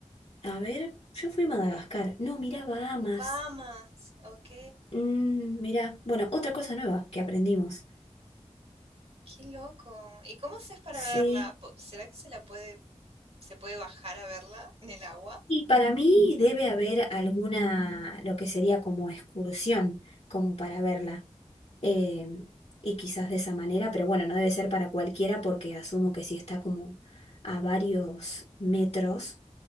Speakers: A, on the left (about 60°); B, on the right (about 55°).
A: A ver, yo fui a Madagascar. No, mirá Bahamas.
B: Bahamas, ok.
A: Mm, mirá, bueno, otra cosa nueva que aprendimos.
B: Qué loco. ¿Y cómo haces para
A: Sí.
B: verla? Po- ¿Será que se la puede, se puede bajar a verla en el agua?
A: Y para mí debe haber alguna, lo que sería como excursión, como para verla. eh, y quizás de esa manera, pero bueno, no debe ser para cualquiera porque asumo que si está como a varios metros